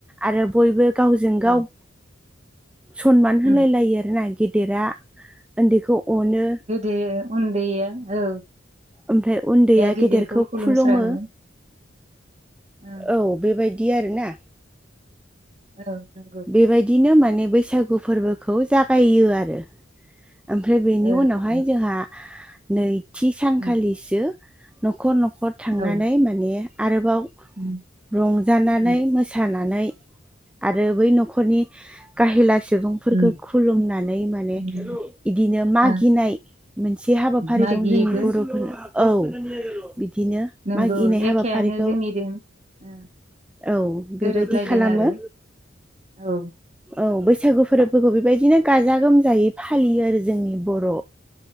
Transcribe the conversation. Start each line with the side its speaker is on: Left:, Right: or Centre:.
Centre: आरो बयबो गावजों
Right: औ
Centre: गाव सनमान होलाय
Right: उम
Centre: लायो आरो ना गेदेरा ओन्दैखौ अनो।
Right: गोदो उन्दैया औ
Centre: ओमफ्राय उन्दैया
Right: गिदिरखौ
Centre: गेदेरखौ
Right: खुलुमस्राङो
Centre: खुलुमो।
Right: ओ
Centre: औ बेबायदि आरोना।
Right: औ नोंगौ।
Centre: बेबायदिनो माने बैसागु फोरबोखौ जागायो आरो ओमफ्राय बेनि
Right: औ
Centre: उनावहाय
Right: औ
Centre: जोंहा नैथि सानखालिसो
Right: उम
Centre: न'खर न'खर थांनानै
Right: औ
Centre: माने आरोबाव
Right: उम
Centre: रंजानानै
Right: उम
Centre: मोसानानै आरो बै न'खरनि गाहेला सुबुंफोरखौ
Right: उम
Centre: खुलुमनानै माने
Right: उम
Centre: इदिनो मागिनाय
Right: आ
Centre: मोनसे हाबाफारि
Right: मागियोबो
Centre: दं जोंनि बर'फोरनो औ बिदिनो
Right: नंगौ
Centre: मागिनाय
Right: एखेआनो
Centre: हाबाफारिखौ
Right: <unintelligible>
Centre: औ बेबायदि
Right: गोरोबलायदों
Centre: खालामो
Right: आरो औ
Centre: औ बैसागु फोरबोफोरखौ बेबायदिनो गाजा गोमजायै फालियो जोंनि बर